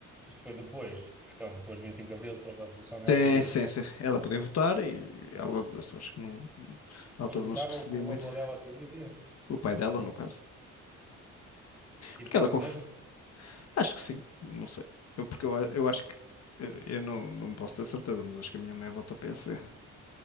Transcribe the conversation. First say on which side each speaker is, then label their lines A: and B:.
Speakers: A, in the centre; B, on the left (about 55°).
A: isto foi depois, então, depois de 25 de Abril, depois da Revolução,
B: Tem,
A: ela podia
B: sim, sim. Ela podia votar e ela, acho que não, na altura
A: E botava
B: não se percebia
A: o que o
B: muito.
A: avô dela dizia.
B: O pai dela, no caso.
A: E
B: Porque
A: botava
B: ela conf...
A: mesmo.
B: Acho que sim, não sei. Eu, porque eu, a- eu acho que. Eu, eu não, não posso ter certeza, mas acho que a minha mãe vota PSD.